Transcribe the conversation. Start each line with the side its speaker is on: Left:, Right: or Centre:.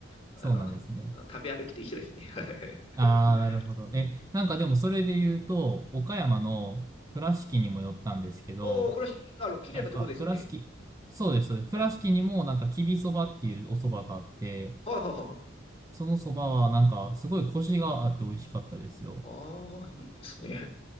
Left: <laughs>
Right: そうなんですね。
Left: あの、食べ歩きと一緒ですね。<laughs>
Right: ああ、なるほど。
Left: うん、
Right: え、なんかでもそれで言うと、岡山の倉敷にも寄ったんですけど、
Left: おお、これはあの綺麗なとこですよね。
Right: なんか倉敷、そうです、そうです。倉敷にもなんかきびそばっていうお蕎麦があって、
Left: あはいはいはい。
Right: その蕎麦はなんかすごいコシがあって美味しかったですよ。
Left: ああ、いいですね。